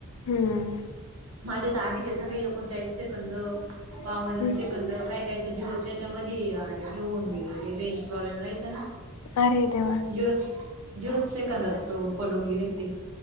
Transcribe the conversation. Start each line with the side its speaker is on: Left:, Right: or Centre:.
Left: हम
Right: माझ्या तर आधीचे सगळे, एकूण चाळीस सेकंद पावन
Left: हम्म.
Right: सेकंद काय काय त्या झिरोच्या याच्यामध्ये हे होऊन गेलेले रेंज प्रॉब्लेम राहायचा ना
Left: अरे देवा
Right: जु झेरोच सेकंदात ते पडून गेले ते